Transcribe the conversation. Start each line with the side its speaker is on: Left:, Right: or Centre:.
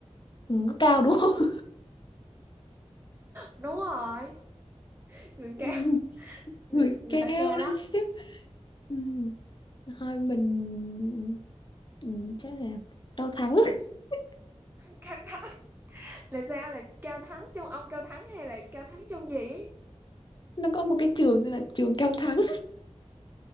Left: nó cao đúng không? <laughs>
Right: đúng rồi người
Left: Ừm,
Right: cao người
Left: Người
Right: người
Left: cao
Right: đã cao đó
Left: đấy chứ. Ừm, Thôi mình ừm, chắc là Cao Thắng. <laughs>
Right: cao đó là sao là cao thắng trong ông cao thắng hay là cao thắng trong gì ấy?
Left: Nó có một cái trường tên là trường Cao Thắng.